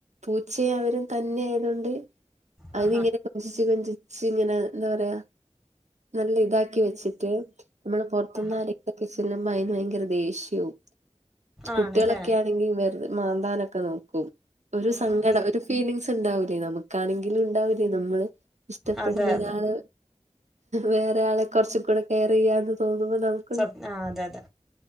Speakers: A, on the right (about 80°); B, in the centre.
A: പൂച്ചയും അവരും തന്നെയായതൊണ്ട് അതിനിങ്ങനെ
B: ആഹാ
A: കൊഞ്ചിച്ച് കൊഞ്ചിച്ച് ഇങ്ങനെ എന്താപറയാ നല്ല ഇതാക്കി വെച്ചിട്ട് നമ്മള് പൊറത്തുന്ന്
B: ആഹാ
A: ആരെങ്കിലൊക്കെ ചെല്ലുമ്പ അയിന് ഭയങ്കര ദേഷ്യാവും കുട്ടികളൊക്കെയാണ്
B: ആണല്ലേ
A: ണെങ്കി വെറുതെ മാന്താനൊക്കെ നോക്കും ഒരുസങ്കടം
B: ആ ഈ
A: ഒരു ഫ് ഫീലിംഗ്സ് ഇണ്ടാവൂലേ നമുക്കാണെങ്കിലും ഇണ്ടാവൂലേ നമ്മള് ഇഷ്ടപ്പെടുന്ന
B: അതെ അതെ
A: ഒരാള് വേറെ ആളെ കൊറച്ചും കൂടെ കെയർ ചെയ്യാന്ന് തോന്നുമ്പോ നമുക്ക്
B: സ്വപ്ന ആ അതെ അതെ